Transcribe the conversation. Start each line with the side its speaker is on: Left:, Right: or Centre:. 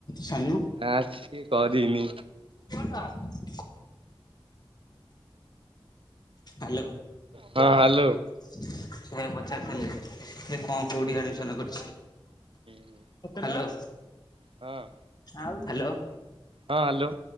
Left: ସାନୁ
Right: ନା ସିଏ କରିନି।
Left: <unintelligible> ହ୍ୟାଲୋ
Right: ହଁ ହ୍ୟାଲୋ।
Left: ସେଇଆ ପଚାରୁଥିଲେ ସେ କଣ
Right: ହୁଁ
Left: କୋଉଠି ଆଡମିଶନ କରି
Right: ହୁଁ
Left: ହାଲୋ।
Right: ହଁ
Left: ଆଉ ହାଲୋ।
Right: ହଁ ହାଲୋ।